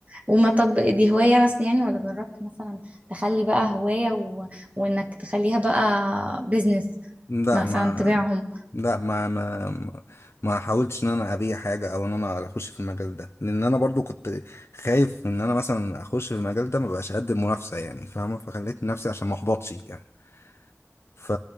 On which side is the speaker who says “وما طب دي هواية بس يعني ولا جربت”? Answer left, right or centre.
Right